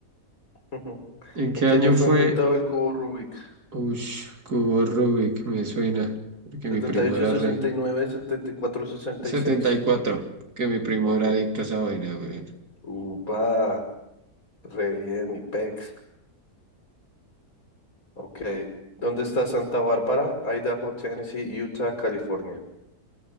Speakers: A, on the left (about 55°); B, on the right (about 70°).
A: Ujú.
B: ¿En qué
A: ¿En qué
B: año
A: año fue
B: fue?
A: inventado el cubo Rubik?
B: Ush, Cubo Rubik, me suena, porque
A: Setenta
B: mi primo
A: setenta y y y ocho
B: era
A: sesenta
B: re.
A: y nueve setenta y cuatro sesenta
B: 74,
A: y seis.
B: porque mi primo
A: Ok.
B: era adicto a esa vaina, güey.
A: Upa. Re bien, mi pex. Ok. ¿Dónde está Santa Bárbara? Idaho, Tennessee, Utah, California.